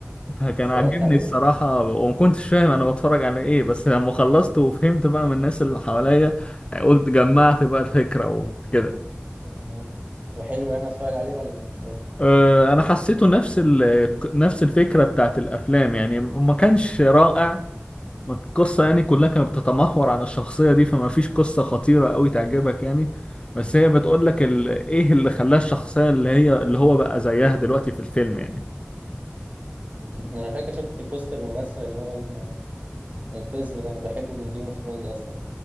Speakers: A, on the left; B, on the right.
A: فكان
B: اتفرجت
A: عاجبني
B: عليه
A: الصراحة وما كنتش فاهم أنا بتفرج على إيه بس لما خلصت وفهمت بقى من الناس اللي حواليا قلت جمعت بقى الفكرة وكده
B: آه، هو حلو يعني أتفرج عليه ولا مش لازم؟
A: أه، أنا حسيته نفس ال... نفس الفكرة بتاعت الأفلام يعني ما كانش رائع القصة يعني كلها كانت بتتمحور على الشخصية دي فما فيش قصة خطيرة أوي تعجبك يعني بس هي بتقول لك ال... إيه اللي خلاها الشخصية اللي هي اللي هو بقى زيها دلوقتي في الفيلم يعني
B: مم. أنا فاكر شفت في البوستر الممثل اللي هو ال- القزم ده أنا بحبه من جيم اوف ثرونز أصلا